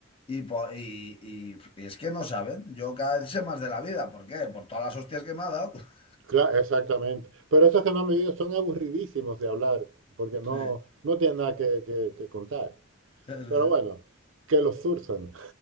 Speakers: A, on the left; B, on the right.
A: y, po- y, y- y es que no saben. Yo cada vez sé más de la vida, ¿por qué? Por todas las hostias que me ha dado. <laughs>
B: Claro, exactamente. Pero esos que no han vivido son aburridísimos de hablar, porque no,
A: Sí,
B: no tienen nada que, que que contar.
A: eso
B: Pero
A: es.
B: bueno, que los zurzan.